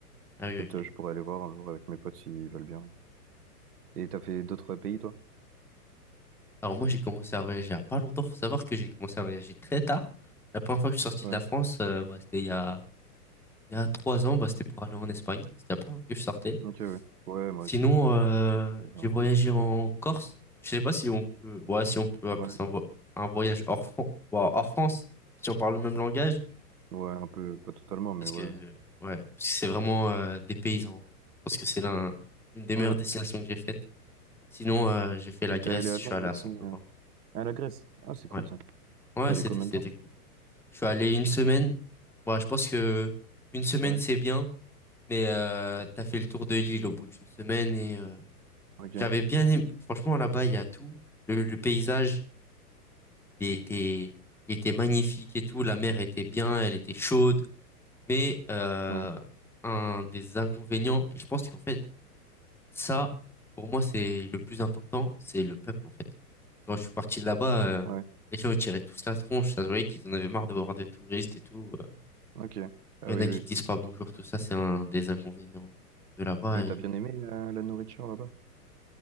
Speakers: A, in the centre; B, on the right.
A: ah oui
B: Peut-être
A: ok.
B: euh, je pourrais aller voir un jour avec mes potes s'ils veulent bien. Et t'as fait d'autres pays, toi?
A: Alors moi, j'ai commencé à voyager il y a pas longtemps. Faut savoir que j'ai commencé à voyager très tard. La première fois que je suis sorti
B: Ouais.
A: de la France, euh, bah, c'était il y a, il y a trois ans. Bah, c'était pour aller en Espagne. C'était la première fois que je sortais.
B: Ok, ouais. Ouais, moi
A: Sinon,
B: aussi, c'était
A: euh,
B: ça.
A: j'ai voyagé en Corse. Je sais pas si on peut, ouais, si on peut appeler
B: Ouais.
A: ça un, vo- un voyage hors Fran- ouais, hors France, si on parle le même langage,
B: Ouais, un peu, pas totalement, mais
A: parce
B: ouais.
A: que ouais, parce que c'est vraiment euh, des paysans. Je pense que c'est l'un, une des
B: Ouais.
A: meilleures destinations que j'ai faites. Sinon, euh, j'ai fait la
B: J'étais
A: Grèce.
B: allé à
A: Je
B: Londres
A: suis allé
B: aussi.
A: à Santorin.
B: euh, À la Grèce. Ah, c'est cool
A: Ouais,
B: ça.
A: ouais,
B: T'es allé
A: c'était
B: combien
A: c'était
B: de temps?
A: cool. Je suis allé une semaine. Moi, je pense que une semaine,
B: Ouais.
A: c'est bien, mais euh, t'as fait le tour de l'île au bout d'une semaine et euh,
B: Ok.
A: j'avais bien aimé. Franchement, là-bas, il y a tout. Le, le paysage il était, il était magnifique et tout. La mer était bien, elle était chaude. Mais euh,
B: Ouais.
A: un des inconvénients, et je pense qu'en fait, ça, pour moi, c'est le plus important, c'est le peuple, en fait. Quand je suis parti de là-bas, euh,
B: Ouais.
A: les gens, ils tiraient tous la tronche. Ça se voyait qu'ils en avaient marre de voir des touristes et tout. euh.
B: Ok. Ah
A: Il y
B: oui,
A: en a
B: oui.
A: qui te disent pas bonjour, tout ça, c'est un des inconvénients de là-bas.
B: Et
A: Et
B: t'as bien aimé euh, la nourriture là-bas?